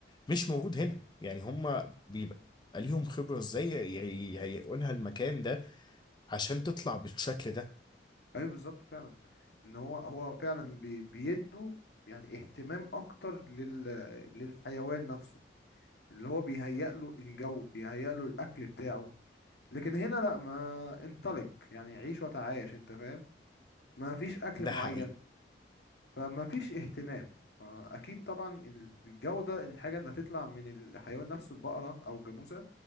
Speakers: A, on the left (about 25°); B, on the left (about 65°).
A: مش موجود هنا يعني هما بيبقى ليهم خبرة ازاي هيقولها المكان ده عشان تطلع بالشكل ده
B: ايوه بالظبط فعلا ان هو هو فعلا بي بيدوا يعني اهتمام اكتر لل للحيوان نفسه اللي هو بيهيأ له الجو بيهيأ له الاكل بتاعه لكن هنا لا ما انطلق يعني عيش وتعايش انت فاهم ما فيش اكل
A: ده
B: معين
A: حقيقي
B: فما فيش اهتمام اكيد طبعا ال- الجودة الحاجة اللي هتطلع من الحيوان نفسه البقرة او الجاموسة